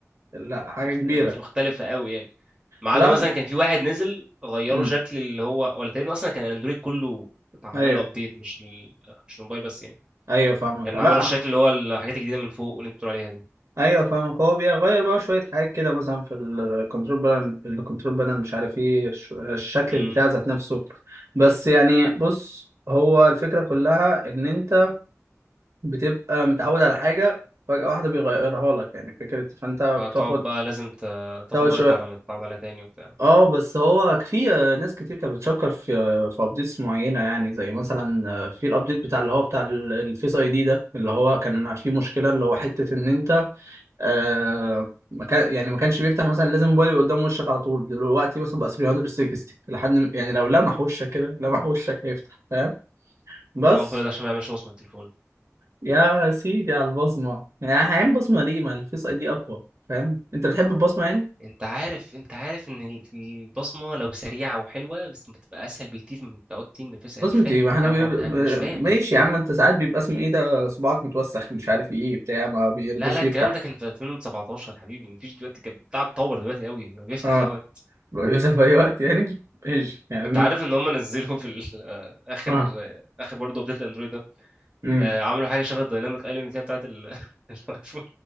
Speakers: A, on the right; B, on the right.
A: لا حاجه
B: مخت...
A: كبيره
B: يعني مختلفه قوي يعني ما عدا
A: لا
B: مثلا كان في واحد نزل غيروا
A: امم
B: شكل اللي هو ولا تقريبا اصلا كان الاندرويد كله عمل
A: ايوه
B: له ابديت مش ال... مش الموبايل بس يعني
A: ايوه فاهمك
B: كان
A: لا
B: عملوا الشكل اللي هو الحاجات الجديده من فوق واللي انت بتقول عليها دي
A: ايوه فاهمك هو بيغير بقى شويه حاجات كده مثلا في الكنترول بانل الكنترول بانل مش عارف ايه الش- الشكل
B: امم
A: بتاع ذات نفسه بس يعني بص هو الفكره كلها ان انت بتبقى متعود على حاجه فجاه واحده بيغيرها لك يعني فكره فانت بتاخد
B: فتقعد بقى لازم ت... تاخد
A: تاخد
B: وقت
A: شويه
B: على ما تتعود عليها تاني وبتاع
A: اه بس هو في آه، ناس كتير كانت بتشكر في في ابديتس معينه يعني زي مثلا آه، في الابديت بتاع اللي هو بتاع ال- الفيس اي دي ده اللي هو كان فيه مشكله اللي هو حته ان انت آه ما كان يعني ما كانش بيفتح مثلا لازم موبايل يبقى قدام وشك على طول دلوقتي مثلا بقى 360 لحد ما- يعني لو لمح وشك كده لمح وشك هيفتح فاهم بس
B: طبعا كل ده عشان ما يعملش وصمه في التليفون
A: يا سيدي على البصمه يعني هعين بصمه ليه ما الفيس اي دي اقوى فاهم انت بتحب البصمه يعني
B: انت عارف انت عارف ان ال- البصمه لو سريعه وحلوه بس بتبقى اسهل بكتير من بتبقى كتير من الفيس انا
A: بصمة
B: مش فاهم
A: ايه ما
B: حوار
A: احنا
B: كان
A: بيب...
B: الحوار
A: ب-
B: ده انا مش فاهم
A: ماشي
B: بجد
A: يا عم انت ساعات بيبقى اسمه ايه ده صباعك متوسخ مش عارف ايه بتاع ما بيرضاش
B: لا لا الكلام
A: يفتح
B: ده كان في 2017 يا حبيبي مفيش دلوقتي كان بتاع اتطور دلوقتي قوي ما بيفتح
A: اه
B: فيها وقت
A: بيفتح في اي وقت يعني ايش يعني
B: انت عارف ان هم نزلوا في ال- <laughs> آه، اخر
A: اه
B: آه، اخر برضه ابديت الاندرويد ده
A: امم
B: آه، عملوا حاجه شبه الدايناميك ايلاند كده بتاعت ال- <laughs> الايفون